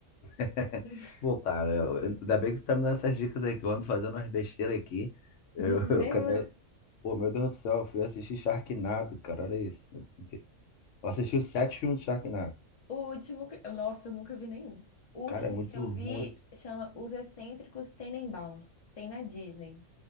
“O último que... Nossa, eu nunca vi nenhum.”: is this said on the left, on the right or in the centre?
Left